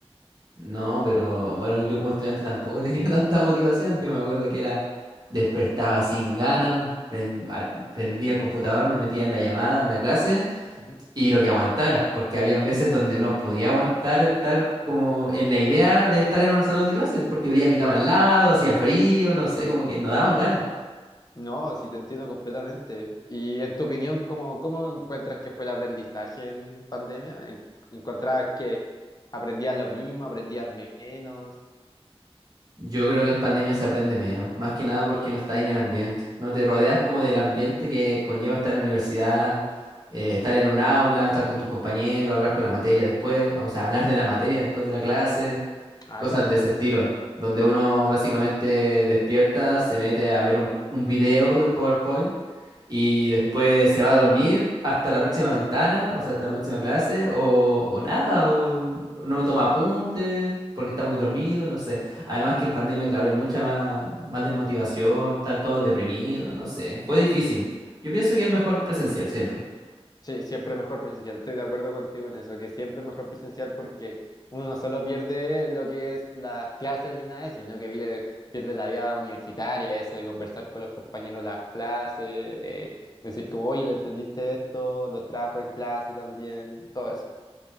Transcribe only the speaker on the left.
Ujú,
ujú.
Sí.
No, sí te entiendo completamente. Y en tu opinión, ¿cómo, cómo encuentras que fue el aprendizaje en pandemia? ¿En- ¿Encontrabas que aprendías lo mismo, aprendías menos?
Ah,
claro.
Ujú,
ujú.
Sí, siempre mejor presencial. Estoy de acuerdo contigo en eso, que siempre es mejor presencial porque uno no solo pierde lo que es las clases ni nada de eso, sino que vive- pierde la vida universitaria, eso de conversar con los compañeros las clases, eh, decir como, oye, ¿lo entendiste esto? ¿Lo trajo en clase también? Todo eso.